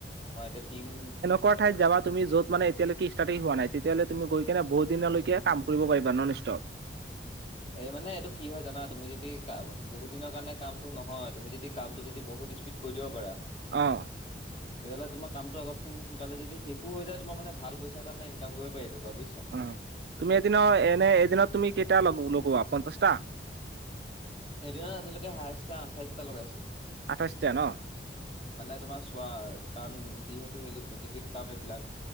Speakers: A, on the left; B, on the right.
A: আমাৰ এতিয়া টিম
B: কৰ ঠাইত যাবা তুমি, য'ত মানে এতিয়ালৈকে ইষ্টাৰ্টতেই হোৱা নাই। তেতিয়াহ'লে তুমি গৈকেনে বহুদিনলৈকে কাম কৰিব পাৰিবা ননষ্টপ।
A: এই মানে এইটো কি হয় জানা? তুমি যদি কা- বহুত দিনৰ কাৰণে কামটো নহয়, তুমি যদি কামটো যদি বহুত ইস্পীড কৰি দিব পাৰা
B: অ'।
A: তেতিয়াহ'লে তোমাৰ কামটো আগত সো- সোনকালে যদি শেষো হৈ যায়, তোমাৰ মানে ভাল পইচা এটা মানে ইনকাম কৰিব পাৰি এইটো পৰা, বুইছা?
B: অ'। তুমি এদিনৰ এনে- এদিনত তুমি কেইটা লগ- লগোৱা? পঞ্চাশটা?
A: এদিনত আজিলৈকে হাইয়েছটা আঠাইশটা লগাইছোঁ।
B: আঠাইশটা ন'?
A: মানে তোমাৰ চোৱা, কাৰণ যিহেতু হেৰি বৈদ্যুতিক কাম এইবিলাক